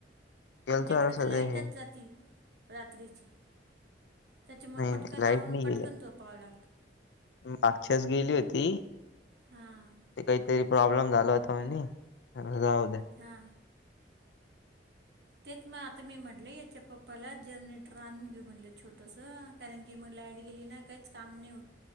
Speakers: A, on the left (about 70°); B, on the right (about 65°).
A: गेलतो
B: आमच्याकडे
A: जरासं
B: तर लाईटच
A: ते हे
B: जात ती रात्रीची <inaudible> त्याच्यामुळ
A: नाही
B: पटकन
A: लाईट
B: आवरून
A: नाही
B: पटकन
A: गेली.
B: झोपावं लागतं.
A: मागच्याच गेली होती
B: हां
A: काहीतरी प्रॉब्लेम झाला होता म्हणून म्हणलं जाऊद्या.
B: हा तेच मग आता मी म्हटल याच्या पप्पाला जनरेटर आणून घेऊ म्हणलं छोटसं कारण की मग लाईट गेली ना काहीच काम नाही होत.